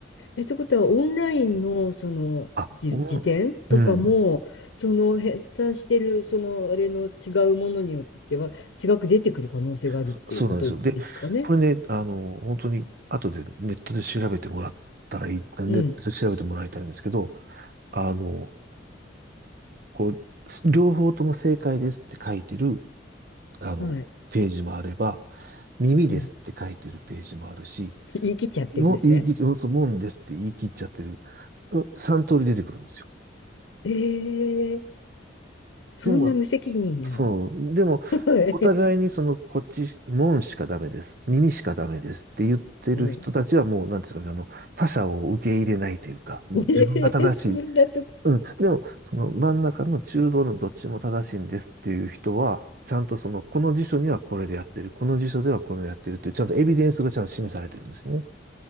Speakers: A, on the left; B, on the right.
A: え、ってことは、オンラインの、その、
B: あ、
A: じ、
B: うん、
A: 辞典とかも、
B: うん
A: その、編纂してる、その、あれの違うものによっては、違く出てくる可能性があるっていうことですかね。
B: そそうなんですよ。で、これね、あの、本当に、後でネットで調べてもらったらいい、ネットで調べてもらいたいんですけど、
A: うん。
B: あの、こう、両方とも正解ですって書いてる、あの、
A: はい。
B: ページもあれば、耳ですって書いてるページもあるし、
A: うん。<laughs> 言い切っちゃってるんですね。
B: もう言い切っちゃ、そう、もんですって言い切っちゃってる。う三通り出てくるんですよ。
A: えー、そんな無責任な。
B: でも、そう、でも、
A: <laughs>
B: お互いにその、こっち、もんしかダメです。耳しかダメですって言ってる人たちはもう、
A: うん。
B: なんですかね、あの、他者を受け入れないというか、
A: <laughs>
B: もう自分が正しい。
A: えー、そんなとこ。
B: うん。でも、その真ん中の中道のどっちも正しいんですっていう人は、ちゃんとその、この辞書にはこれでやってる、この辞書ではこれをやってるって、ちゃんとエビデンスがちゃんと示されてるんですよね。